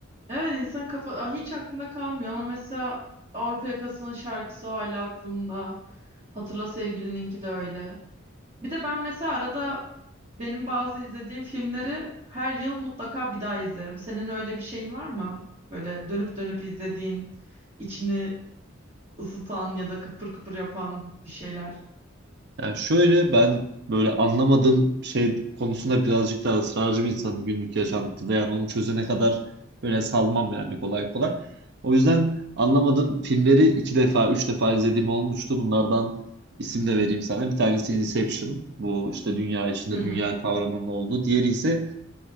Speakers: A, on the right (about 35°); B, on the right (about 55°).
A: Evet insan kafa Aa, hiç aklında kalmıyor ama mesela Avrupa Yakası'nın şarkısı hala aklımda. Hatırla Sevgilininki de öyle. Bir de ben mesela arada benim bazı izlediğim filmleri her yıl mutlaka bir daha izlerim. Senin öyle bir şeyin var mı? Böyle dönüp dönüp izlediğin, içini ısıtan ya da kıpır kıpır yapan bir şeyler.
B: Yani şöyle ben böyle anlamadığım şey konusunda birazcık daha ısrarcı bir insanım günlük yaşantıda. Yani onu çözene kadar böyle salmam yani kolay kolay. O yüzden anlamadığım filmleri iki defa, üç defa izlediğim olmuştu. Bunlardan isim de vereyim sana. Bir tanesi Inception. Bu işte dünya içinde
A: Hı hı.
B: dünya kavramının olduğu. Diğeri ise